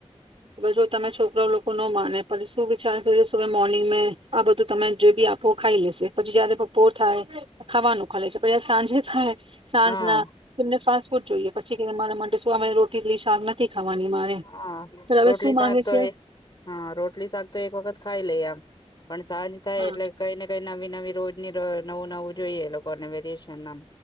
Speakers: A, on the right (about 55°); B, on the left (about 40°).
A: બસ જો તમે છોકરાઓ લોકો ન માને પછી શું વિચાર મોર્નિંગ મે આ બધું તમે જો બી આપો ખાઈ લેશે પછી જયારે બપોર થાય ખાવાનું ખા છે પછી સાંજે થાય સાંજ
B: હા
A: ના તેમને ફાસ્ટ ફૂડ જોઈએ પછી કે અમારા માટે શું અમે રોટીલી શાક નથી ખવાની મારે.
B: હા
A: હવે
B: રોટલી
A: શું
B: શાક
A: માંગે
B: તો
A: છે
B: એ હા રોટલી શાક તો એક વખત ખાઈ લે આમ. પણ સાંજ થાય
A: હા
B: એટલે કઈ ને કઈ નવી નવી રોજની નવું નવું જોઈએ લોકોને વેરએશન ના